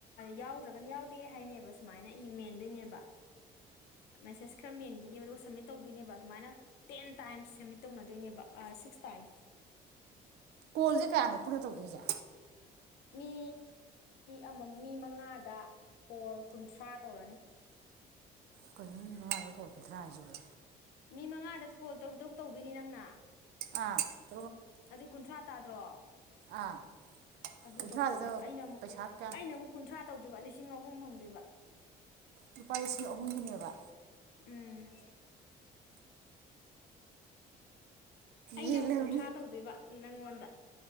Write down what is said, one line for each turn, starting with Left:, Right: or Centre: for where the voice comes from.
Left: ꯌꯥꯎꯗ꯭ꯔꯒꯅ ꯌꯥꯎꯗꯦ ꯍꯥꯏꯅꯦꯕ ꯁꯨꯃꯥꯏꯅ ꯏ ꯃꯦꯟꯗꯣꯏꯅꯦꯕ ꯃꯦꯁꯦꯁ ꯈꯔ ꯃꯦꯟ ꯒꯤꯅꯦꯕ ꯑꯗꯨꯒ ꯁꯝꯃꯤꯠ ꯇꯧꯗꯣꯏꯅꯦꯕ ꯑꯗꯨꯃꯥꯏꯅ ꯇꯦꯟ ꯇꯥꯏꯝꯁ ꯁꯃꯤꯠ ꯇꯧꯅꯗꯣꯏꯅꯦꯕ ꯁꯤꯛꯁ ꯇꯥꯏꯝꯁ
Right: ꯀꯣꯜꯖ ꯀꯌꯥꯅꯣ ꯄꯨꯟꯅ ꯇꯧꯗꯣꯏꯖꯦ
Left: ꯃꯤ ꯑꯃ ꯃꯤ ꯃꯉꯥꯗ ꯀꯣꯜ ꯀꯨꯟꯊ꯭ꯔꯥ ꯇꯧꯔꯅꯤ
Right: ꯀꯩꯅꯣꯅꯦ ꯃꯤ ꯃꯉꯥꯗ ꯀꯣꯜ ꯀꯨꯟꯊꯔꯥ ꯍꯥꯏꯖꯤꯕꯣ
Left: ꯃꯤ ꯃꯉꯥꯗ ꯀꯣꯜ ꯇꯔꯨꯛ ꯇꯔꯨꯛ ꯇꯧꯗꯣꯏꯅꯤ ꯅꯪꯅ
Right: <inaudible>
Left: ꯑꯗꯨ ꯀꯨꯟꯊ꯭ꯔꯥ ꯇꯥꯗ꯭ꯔꯣ
Right: ꯑꯥ
Left: ꯑꯗꯨ
Right: ꯀꯨꯟꯊ꯭ꯔꯥꯗꯨꯗ
Left: ꯇꯧꯗꯣꯏꯕ ꯑꯩꯅ ꯑꯃꯨꯛ
Right: ꯄꯩꯁꯥ ꯀꯌꯥꯝ
Left: ꯑꯩꯅ ꯑꯃꯨꯛ ꯀꯨꯟꯊ꯭ꯔꯥ ꯇꯧꯗꯣꯏꯕ ꯂꯤꯁꯤꯡ ꯂꯤꯁꯤꯡ ꯑꯍꯨꯝ ꯐꯪꯗꯣꯏꯕ
Right: ꯂꯨꯄꯥ ꯂꯤꯁꯤꯡ ꯑꯍꯨꯝꯒꯤꯅꯦꯕ
Left: ꯎꯝ ꯑꯩꯅ
Right: ꯌꯦꯜꯂꯕꯅꯤ
Left: ꯑꯃꯨꯛ ꯀꯨꯟꯊ꯭ꯔꯥ ꯇꯧꯗꯣꯏꯕ ꯅꯉꯣꯟꯗ